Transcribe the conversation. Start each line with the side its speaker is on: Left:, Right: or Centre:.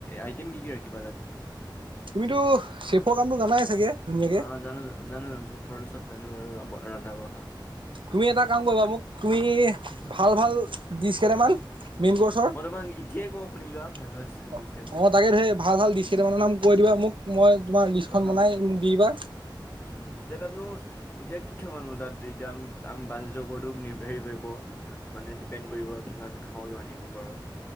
Left: আইটেম কি কি ৰাখিবা তাত?
Right: তুমিতো চেফৰ কামটো জানাই চাগে? ধুনীয়াকে
Left: অ', জানো জানো, জানো জানো, চেফৰটো চব জানো বাৰু ৰন্ধা বঢ়া।
Right: তুমি এটা কাম কৰিবা, মোক তুমি ভাল ভাল দিছ কেইটামান মেইন কৰ্চৰ অ',
Left: মই তোমাক এতিয়াই কওঁ শুনি লোৱা ভাল ভাল ডিচ কেইটামান
Right: তাকে ধেই ভাল ভাল দিছ কেইটামানৰ নাম কৈ দিবা মোক, মই তোমাৰ লিষ্টখন
Left: খাম
Right: বনাই মোক দি দিবা।
Left: উম এতিয়া তাতনো এতিয়া কি খাবানো তাত, এতিয়া আ বাজেতৰ ওপৰতো নিৰ্ভ হেৰি কৰিব, মানে ডিপেণ্ড কৰিব ইমান খাওঁ কিমান সেই নকৰো,